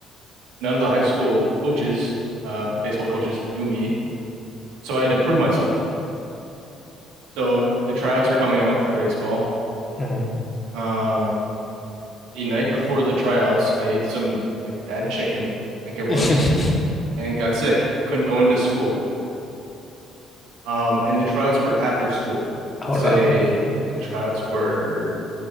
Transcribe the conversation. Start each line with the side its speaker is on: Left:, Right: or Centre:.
Right: none of the high school coaches, uh, baseball coaches, knew me, so I had to prove myself. So the tryouts are coming out for baseball.
Left: 음.
Right: Um, the night before the tryouts, I ate some like bad chicken, I think it was,
Left: <laughs>
Right: and got sick. Couldn't go into school. Um, and the tryouts were after school. Let's
Left: Oh no.
Right: say I think the tryouts were